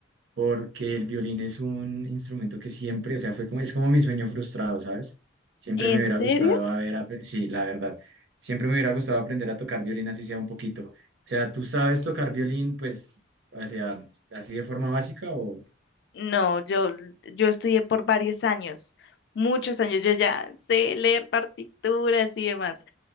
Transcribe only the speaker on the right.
porque el violín es un instrumento que siempre, o sea, fue como, es como mi sueño frustrado, ¿sabes? Siempre
me hubiera
gustado haber, apre- sí, la verdad, siempre me hubiera gustado aprender a tocar violín así sea un poquito. O sea, ¿tú sabes tocar violín, pues, o sea, así de forma básica o...?